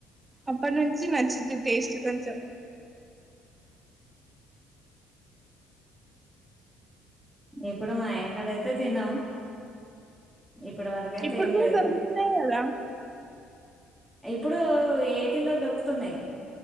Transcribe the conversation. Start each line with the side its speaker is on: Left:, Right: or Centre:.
Right: అప్పటి నుంచి చి నచ్చుది టేస్ట్ కొంచెం
Centre: ఇప్పుడు మా ఆయనకాడ అయితే తిన్నాం ఇప్పటి వరకయితే
Right: ఇప్పుడు
Centre: ఏం
Right: గూడ
Centre: లేదు
Right: దొరుగుతున్నయి గదా
Centre: ఇప్పుడు ఏటీలో దొరుకుతున్నాయి